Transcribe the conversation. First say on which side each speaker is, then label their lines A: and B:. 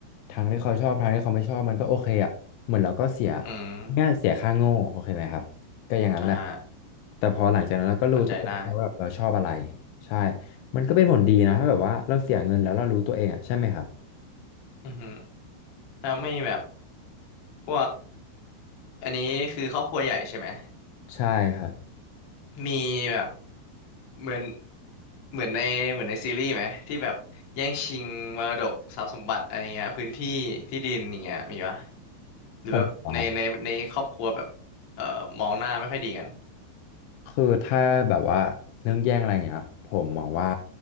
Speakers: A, on the left (about 80°); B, on the left (about 50°).
A: ทางที่เขาชอบทางที่เขาไม่ชอบมันก็โอเคอะ เหมือนเราก็เสีย
B: อืม
A: ง่ายเสียค่าโง่โอเคไหมครับก็อย่างนั้นแหละ
B: อ่าฮะ
A: แต่พอหลังจากนั้นเราก็รู้ตัวเองว่าแบบเราชอบอะไร
B: เข้าใจได้
A: ใช่มันก็เป็นผลดีนะถ้าแบบว่าเราเสียเงินแล้วเรารู้ตัวเองอ่ะใช่ไหมครับ
B: อือฮึแล้วไม่แบบพวกอันนี้คือครอบครัวใหญ่ใช่ไหม
A: ใช่ครับ
B: มีแบบเหมือนเหมือนในเหมือนในซีรีส์ไหมที่แบบแย่งชิงมรดกทรัพย์สมบัติอะไรเงี้ยพื้นที่ที่ดินอย่างเงี้ยมีปะหรือแบบในในในครอบครัวแบบเอ่อมองหน้าไม่ค่อยดีกัน
A: ของผมอะครับ คือถ้าแบบว่าเรื่องแย่งอะไรเงี้ยครับผมมองว่า